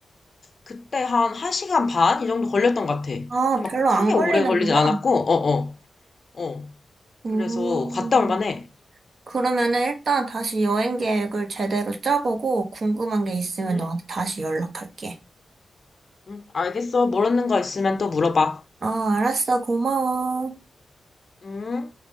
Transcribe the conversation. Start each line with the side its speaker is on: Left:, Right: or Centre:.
Left: 그때 한 1시간 반? 이 정도 걸렸던 것 같아. 근데
Right: 아,
Left: 막
Right: 별로
Left: 크게
Right: 안 걸리는구나.
Left: 오래 걸리진 않았고, 어, 어, 어. 그래서
Right: 음,
Left: 갔다 올 만해.
Right: 그러면은 일단 다시 여행 계획을 제대로 짜보고 궁금한 게 있으면
Left: 응,
Right: 너한테 다시 연락할게.
Left: 응, 알겠어. 모르는 거 있으면 또 물어봐.
Right: 아, 알았어. 고마워.
Left: 응?